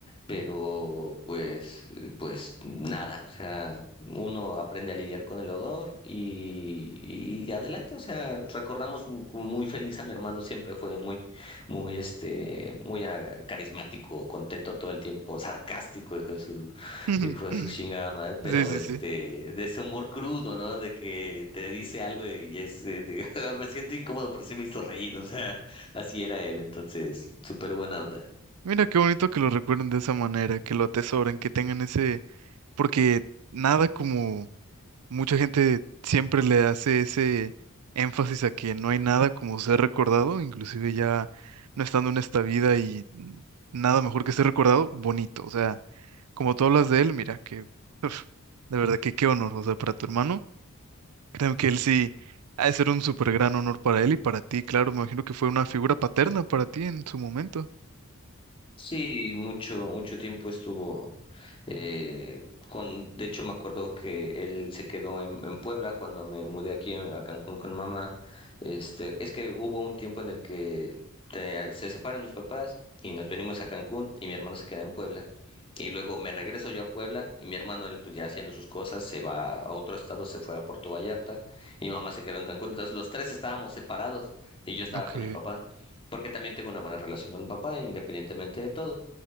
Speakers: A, on the left; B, on the right.
A: pero pues, eh, pues nada, o sea, uno aprende a lidiar con el odor y, y adelante, o sea, recordamos mu- muy feliz a mi hermano, siempre fue muy, muy, este, muy ah, carismático, contento todo el tiempo, sarcástico, hijo de su,
B: <laughs>
A: hijo de su chingada madre, pero
B: Sí, sí,
A: este,
B: sí.
A: de ese humor crudo, ¿no? De que te dice algo y es, eh, de, <laughs> me siento incómodo, pero sí me hizo reír, o sea, así era él, entonces, súper buena onda.
B: Mira qué bonito que lo recuerden de esa manera, que lo atesoren, que tengan ese, porque nada como mucha gente siempre le hace ese énfasis a que no hay nada como ser recordado, inclusive ya no estando en esta vida y mm, nada mejor que ser recordado, bonito. O sea, como tú hablas de él, mira, que uf, de verdad que qué honor, o sea, para tu hermano, creo que él sí ha de ser un súper gran honor para él y para ti, claro, me imagino que fue una figura paterna para ti en su momento.
A: Sí, mucho, mucho tiempo estuvo. eh, con, de hecho, me acuerdo que él se quedó en, en Puebla cuando me mudé aquí a, a Cancún con mamá. Este, es que hubo un tiempo en el que te- se separan mis papás y nos venimos a Cancún y mi hermano se queda en Puebla. Y luego me regreso yo a Puebla y mi hermano, él pues ya haciendo sus cosas, se va a otro estado, se fue a Puerto Vallarta y mamá se quedó en Cancún. Entonces los tres estábamos separados y yo estaba
B: Ok.
A: con mi papá porque también tengo una buena relación con mi papá, independientemente de todo.